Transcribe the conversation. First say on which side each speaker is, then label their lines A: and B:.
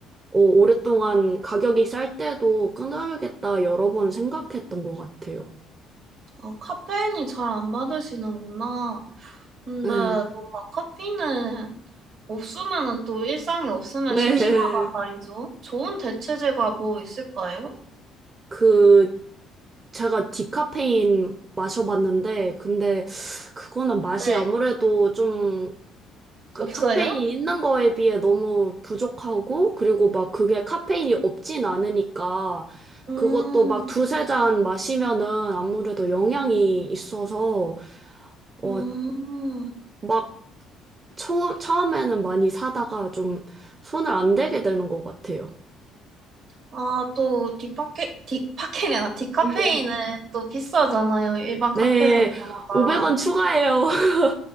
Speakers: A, on the right; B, on the right.
A: 어, 오랫동안 가격이 쌀 때도 끊어야겠다 여러 번 생각했던 것 같아요.
B: 아, 카페인이 잘 안 받으시는구나. 근데
A: 네.
B: 뭔가 커피는 없으면은 또 일상이 없으면
A: 네.
B: 심심하단 말이죠. 좋은 대체제가 뭐 있을까요?
A: 그 제가 디카페인 마셔봤는데 근데 그거는 맛이
B: 네,
A: 아무래도 좀 그
B: 없어요?
A: 카페인이 있는 거에 비해 너무 부족하고 그리고 막 그게 카페인이 없진 않으니까
B: 음,
A: 그것도 막 두세 잔 마시면은 아무래도 영향이 있어서
B: 음.
A: 어 막 처, 처음에는 많이 사다가 좀 손을 안 대게 되는 것 같아요.
B: 아, 또 디파케, 디파케이 아니라 디카페인은
A: <laughs>
B: 또 비싸잖아요. 일반
A: 네,
B: 카페인은 보다.
A: 500원 추가해요. <laughs>